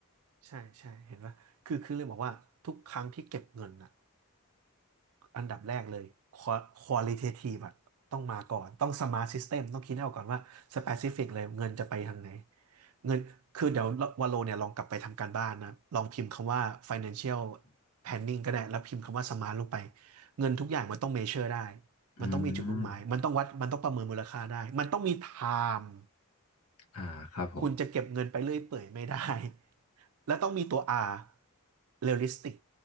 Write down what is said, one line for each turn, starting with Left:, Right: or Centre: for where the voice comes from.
Right: ใช่ใช่เห็นว่าคือคือเลยบอกว่าทุกครั้งที่เก็บเงินอ่ะอันดับแรกเลย qualitative อลิเททีฟอะต้องมาก่อนต้อง smart system ตมต้องคิดให้ออกก่อนว่า specific เปซิฟิกเลยเงินจะไปทางไหนเงินคือเดี๋ยววาโลเนี่ยลองกลับไปทำการบ้านนะลองพิมพ์คำว่า financial planning ก็ได้แล้วพิมพ์คำว่า smart ลงไปเงินทุกอย่างมันต้อง measure ได้
Left: อืม
Right: มันต้องมีจุดมุ่งหมายมันต้องวัดมันต้องประเมินมูลค่าได้มันต้องมีไทม์
Left: อ่าครับผม
Right: คุณจะเก็บเงินไปเรื่อยเปื่อยไม่ได้ <laughs> แล้วต้องมีตัว R realistic